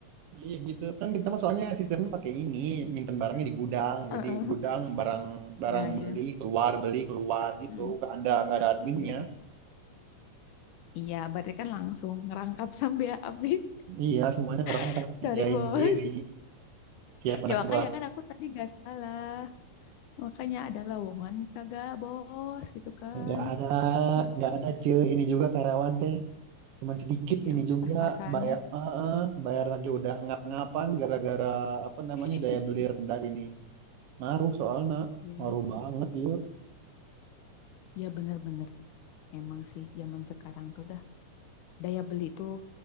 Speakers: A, on the right; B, on the left.
A: iya gitu kan kita mah soalnya sistemnya pakai ini nyimpen barangnya di gudang
B: Heeh.
A: jadi gudang barang
B: Ya
A: barang
B: ya.
A: beli keluar beli keluar gitu
B: Hmm.
A: nggak ada nggak ada adminnya
B: Iya iya. Iya, berarti kan langsung ngerangkap sampai habis.
A: iya semuanya ngerangkap
B: <laughs>
A: kerjain
B: Sorry bos.
A: sendiri siap anak
B: Ya makanya
A: gua
B: kan aku tadi gak salah. Makanya ada lowongan kagak bos gitu kan.
A: nggak ada
B: Hmm.
A: nggak ada cuy ini juga karyawan teh cuman sedikit
B: Ya
A: ini juga
B: pas-pasannya.
A: bayar eh, eh, bayar lagi udah ngap-ngapan gara-gara apa namanya
B: <laughs>
A: daya beli rendah ini ngaruh soalnya
B: Hmm. Ya,
A: ngaruh banget ya
B: ya bener-bener. Emang sih zaman sekarang tuh dah daya beli tuh